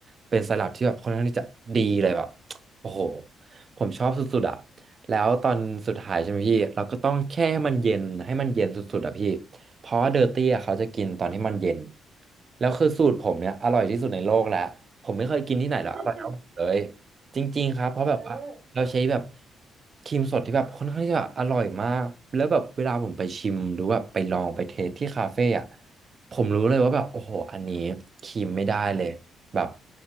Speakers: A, on the right; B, on the right.
A: เป็นไซรัปที่แบบค่อนข้างที่จะดีเลยแบบโอ้โหผมชอบสุดๆอะแล้วตอนสุดท้ายใช่ไหมพี่เราก็ต้องแค่ให้มันเย็นให้มันเย็นสุดๆอะพี่เพราะว่าเดอร์ตี้อะเขาจะกินตอนที่มันเย็นแล้วคือสูตรผมเนี่ยอร่อยที่สุดในโลกแล้วผมไม่เคยกินที่ไหนแล้วอร่อยเท่าผมเลย
B: <laughs>
A: จริงๆครับเพราะแบบว่า
B: เออ
A: เราใช้แบบครีมสดที่แบบค่อนข้างที่จะอร่อยมากแล้วแบบเวลาผมไปชิมหรือแบบไปลองไปเทสที่คาเฟ่อะผมรู้เลยว่าแบบโอ้โหอันนี้ครีมไม่ได้เลยแบบ